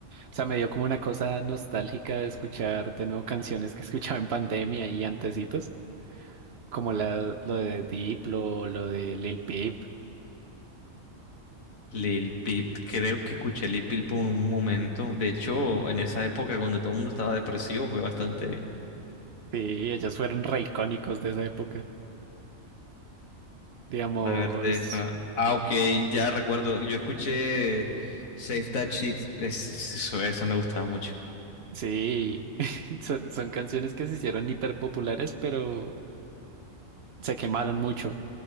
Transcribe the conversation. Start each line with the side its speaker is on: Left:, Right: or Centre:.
Right: O sea, me dio como una cosa nostálgica de escuchar de nuevo canciones que escuchaba en pandemia y antecitos. como la, lo de Diplo, lo de Lil Peep.
Left: Lil Peep, creo que escuché Lil Peep por un momento. De hecho, en esa época cuando todo el mundo estaba depresivo, fue bastante.
Right: Sí, ellos fueron re icónicos de esa época. Digamos,
Left: A ver, de- ah, ah, ok, ya recuerdo. Yo escuché Save That Shit. Es, es- eso- esa me gustaba mucho.
Right: sí, <laughs> son, son canciones que se hicieron hiper populares, pero se quemaron mucho.